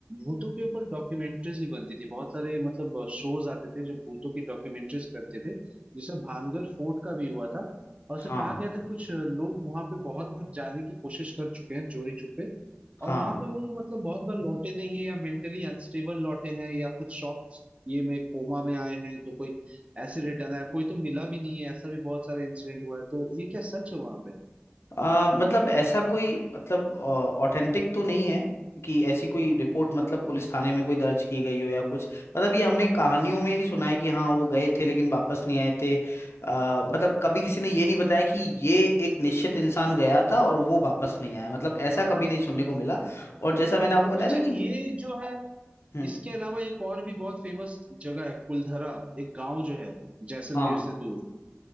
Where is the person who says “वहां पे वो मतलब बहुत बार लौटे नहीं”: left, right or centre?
Right